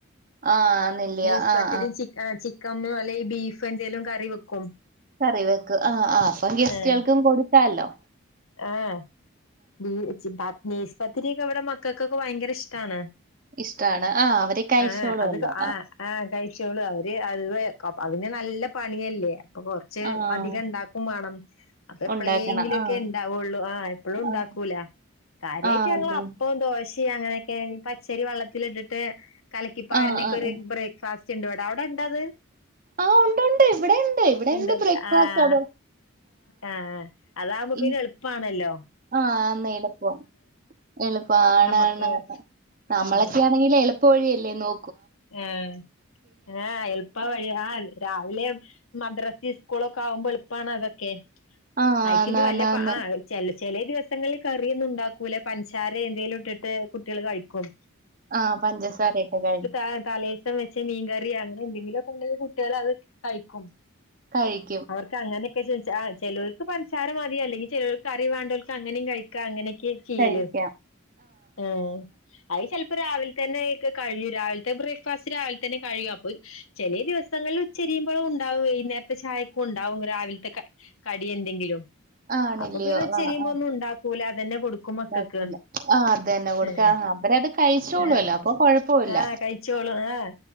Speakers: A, on the right; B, on the left.
A: ആഹ് ആന്നില്ലിയോ
B: നൈസ്പത്തിരി
A: ആഹ്
B: ചി ആഹ് ചി ക്കമ്മോ അല്ലെങ്കി ബീഫ് എന്തേലും കറി വെക്കും
A: കറി വെക്കും ആഹ് ആഹ് അപ്പം ഗെസ്റ്റുകൾക്കും
B: ഏഹ്
A: കൊടുക്കാല്ലൊ
B: ആഹ് ബീ - <unintelligible> നൈസ്പത്തിരിക്കെ ഇവിടെ മക്കക്കൊക്കെ ഭയങ്കര ഇഷ്ടാണ്
A: ഇഷ്ടാണ് ആഹ് അവര് കഴിച്ചോളുവല്ലോ
B: ആഹ് അത്ക ആഹ് ആഹ് കഴി- ച്ചോള് അവര് അത് അതിന് നല്ല പണിയല്ലേ അപ്പൊ കൊറച്ച്
A: ആഹ്
B: അധികണ്ടാക്കും വേണം അത് എപ്പളേങ്കിലു
A: ഉണ്ടാക്കണം ആഹ്
B: ക്കെ ഉണ്ടാവോള്ളൂ ആഹ് എപ്പഴും ഉണ്ടാക്കൂല
A: ആഹ്
B: കാര്യായിട്ട്
A: ആഹ്
B: ഞങ്ങള്
A: അതെ
B: അപ്പം ദോശേ അങ്ങനെയൊക്കെ പച്ചരി വള്ളത്തിലിട്ടിട്ട് കലക്കിപ്പാരിന്ക്കൊ
A: ആഹ് ആഹ്
B: ര് ബ്രേക്ക്‌ ഫാസ്റ്റുണ്ട് വിട അവിടെണ്ടാത്
A: ആഹ് ഉണ്ട് ഉണ്ട് ഇവിടെയുണ്ട് ഇവിടെയുണ്ട്
B: ണ്ടല്ലേ
A: ബ്രേക്ക്ഫാസ്റ്റ്
B: ആഹ്
A: അത്
B: ആഹ് അതാകുമ്പൊ പിന്നെ
A: ഈ
B: എളു പ്പാണല്ലോ
A: ആഹ് ആന്ന് എളുപ്പം എളുപ്പം ആണ്
B: ഞമ്മക്ക്
A: ആണ് ആണ് നമ്മളൊക്കെ
B: ആഹ്
A: ആണെങ്കിൽഎളുപ്പ വഴിയല്ലേ നോ
B: ആഹ് ഏഹ് എള്പ്പ വഴിയ ആഹ് എൾ രാവിലെ മദ്രസി സ്കൂളൊക്കെആകുമ്പോ എളുപ്പാണ് അത് ക്കെ
A: ആഹ്
B: അയിക്കിഞ്ഞി
A: ആന്ന് ആന്ന്
B: വല്ല <unintelligible>
A: ആന്ന്
B: ചെ ചെലേ ദിവസങ്ങളില് കറിയൊന്നും ഉണ്ടാക്കൂല പഞ്ചസാര എന്തേലും ഇട്ട് കുട്ടികൾ കഴിക്കും
A: ആഹ് പഞ്ചസാരയിട്ട് കഴി
B: ആഹ്‌ തലേസം വെച്ച മീൻകറി അങ്ങനെ എന്തേലുവൊക്കെണ്ടെങ്കി കുട്ടികൾ അത് കയിക്കും
A: കഴിയ്
B: അവർക്ക് അങ്ങനെക്കെ ചോയിച്ച ആഹ് ചിലോർക്ക് പഞ്ചസാര മതി അല്ലെങ്കി ചിലർക്ക് കറി വേണ്ടോൽക്ക് അങ്ങനെയും കഴിക് ക്കാ അങ്ങനെക്കെ ചെയ്യല്
A: കഴിക്കാം
B: ആഹ് അത് ചെൽ പ്പൊ രാവിലെ തന്നെ ക്ക് കഴിയും രാവിലത്തെ ബ്രേക്ക്ഫാസ്റ്റ് രാവിലെ തന്നെ കഴിയും അപ്പോ ചെലെ ദിവസങ്ങളില് ഉച്ചരിയുമ്പോളും ഉണ്ടാവും വൈനേരത്തെ ചായ ഉണ്ടാവും രാവിലത്തെ കടി എന്തെങ്കിലും
A: ആണല്ലയോ
B: അപ്പൊ പിന്നെച്ചരിയ്മ്പൊ
A: ആഹ് ആഹ്
B: ഒന്നും ഉണ്ടാക്കൂല അതന്നെ കൊടുക്കും മക്കൾക്ക്
A: ഉണ്ടാക്കൂല ആഹ് അതന്നെ കൊടുക്ക
B: ഏഹ്
A: ആഹ് അവരത് കഴിച്ചോളൂല്ലോ
B: ആഹ്
A: അപ്പൊ കൊഴപ്പവില്ല
B: ആഹ് കഴിച്ചോളും ആഹ്